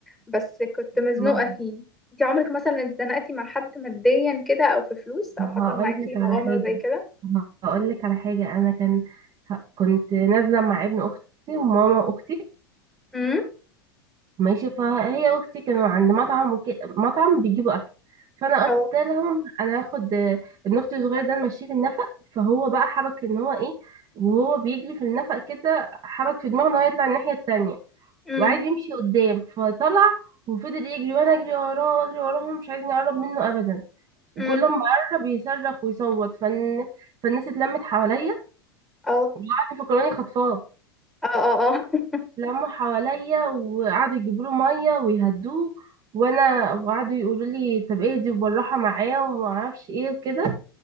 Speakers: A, in the centre; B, on the right.
A: بس كنت مزنوقة
B: ما
A: فيه انتي عمرك مثلا اتزنقتي مع حد ماديا كده أو في فلوس أو حصل
B: هقول
A: معاكي
B: لك على
A: مغامرة
B: حاجة
A: زي كده؟
B: هقول لك على حاجة أنا كان ه- كنت نازلة مع ابن أختي وماما أختي
A: امم
B: ماشي فهي وأختي كانوا عند مطعم وك... مطعم بيجيبوا أكل فأنا قلت
A: اه
B: لهم أنا هاخد آه، ابن أختي الصغير ده نمشيه في النفق فهو بقى حبك إن هو إيه وهو بيجري في النفق كده حبك في دماغه إن هو يطلع الناحية التانية
A: امم
B: وعايز يمشي قدام فطلع وفضل يجري وأنا أجري وراه وأجري وراه ومش عايزني أقرب منه أبدا وكل
A: امم
B: ما قرب يصرخ ويصوت فن... فالناس اتلمت حواليا
A: اه
B: قعدوا يفكروني خطفاه
A: اه اه اه <laughs>
B: لموا حواليا وقعدوا يجيبوا له ميه ويهدوه وانا وقعدوا يقولوا لي طب ايه دي وبالراحه معاه وما اعرفش ايه وكده